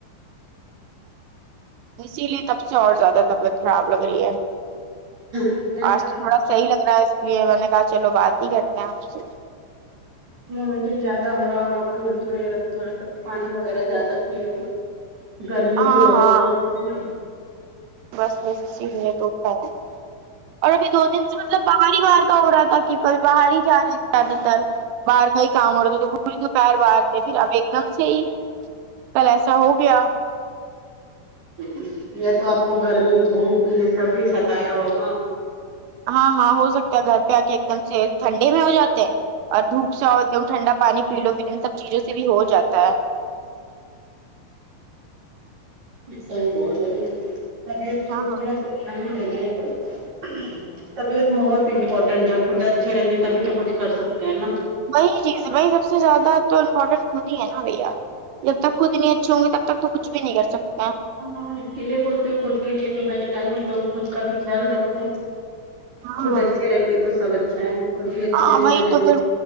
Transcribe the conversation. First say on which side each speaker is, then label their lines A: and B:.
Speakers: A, on the right; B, on the right.
A: اسی لیے تب سے اور زیادہ طبیعت خراب لگ رہی ہے
B: نہیں اب
A: آج تھوڑا س صحیح لگ رہا ہے اس لیے میں نے کہا چلو بات ہی کرتے ہیں آپ سے
B: ومیٹنگ زیادہ ہو رہا ہوگا آپ کی الٹی وغیرہ تھوڑا سا پانی وغیرہ زیادہ پی ہوگ گرمی
A: ہاں
B: بھی بہت
A: ہاں
B: ہو رہی ہے ن
A: بس بس اسی م نے تو کیا اور ابھی دو دن سے مطلب بہار ہی باہر کا ہو رہا تھا کہ کل باہر ہی جا رہے تھے زیادہ تر باہر کا ہی کام ہو رہا تھا تو پوری دو پہیر باہر تھے پھر اب ایک دم سے ہی کل ایسا ہو گیا
B: ہ یہ تو آپ کو گرمی دھوپ یہ سب بھی ستایا ہوگا
A: ہاں ہاں ہو سکتا ہے گھر پہ کے ایک دم سے ٹھنڈی میں ہو جاتے اور دھوپ سا اور ایک دم ٹھنڈا پانی پی لو پ لو ان سب چیزوں سے بھی ہو جاتا ہے
B: س بول رہی ہو تابیت کا
A: ہاں
B: بھی تھوڑا دھیان دینا ہی پڑھتا ہے تابیت بہت انپٹ نڈا خود اچھے رہیں گے تبھی تو کچھ کر سکتے ہیں ہے نا
A: وہی چیز ہے وہی سب سے زیادہ تو امپورٹنٹ خود ہی ہے نا بھیا جب تک خود نہیں اچھے ہوں گے تب تک تو کچھ بھی نہیں کر سکتا
B: ہ ہاں اس کے لیے بولتے ہو خود کے لیے بھی بھائی ٹائم دو خود کا بھی خیال رکھو
A: ہاں
B: خود اچھے رہیں گے تو سب اچھا ہے خود ہی اچھے
A: ہاں
B: نہیں
A: وہی
B: بنیں
A: تو
B: گے
A: پھر